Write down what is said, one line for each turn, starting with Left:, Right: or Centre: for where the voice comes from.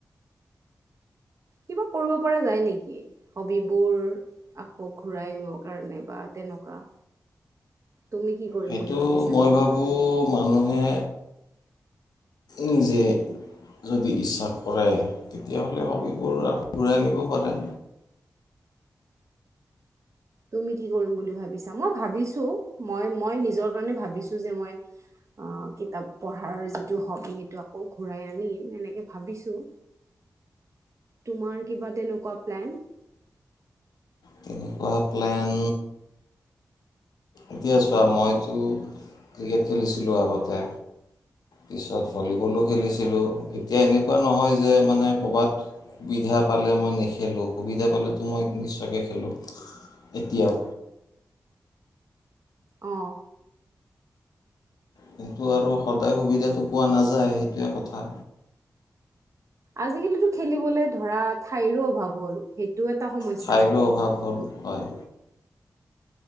Right: কিবা কৰিব পৰা যায় নেকি হবিবোৰ আকৌ ঘূৰাই নিব কাৰণে বা তেনেকুৱা তুমি কি কৰিম
Left: সেইটো
Right: বুলি ভাবিছা
Left: মই
Right: নিজৰ
Left: ভাবোঁ
Right: লগত
Left: মানুহে নিজে যদি ইচ্ছা কৰে তেতিয়াহ'লে হবিবোৰ আকৌ ঘূৰাই আনিব পাৰে
Right: তুমি কি কৰিম বুলি ভাবিছা মই ভাবিছো মই মই নিজৰ কাৰণে ভাবিছো যে মই কিতাপ পঢ়াৰ যিটো হবি সেইটো আকৌ ঘূৰাই আনিম এনেকে ভাবিছোঁ তোমাৰ কিবা তেনেকুৱা প্লেন
Left: তেনেকুৱা প্লেন এতিয়া চোৱা মইতো ক্ৰিকেট খেলিছিলোঁ আগতে পিচত ভলীবলো খেলিছিলোঁ এতিয়া এনেকুৱা নহয় যে মানে ক'ৰবাত সুবিধা পালে মই নেখেলোঁ সুবিধা পালেতো মই নিশ্চয়কৈ খেলোঁ খেলোঁ এতিয়াও
Right: অঁ
Left: কিন্তু আৰু সদায় সুবিধাটো পোৱা নাযায় সেইটোৱে কথা
Right: আজিকালিতো খেলিবলে ধৰা ঠাইৰো অভাৱ হ'ল সেইটোও এটা সমস্যা
Left: ঠাইৰো
Right: চাগে
Left: অভাৱ হ'ল হয়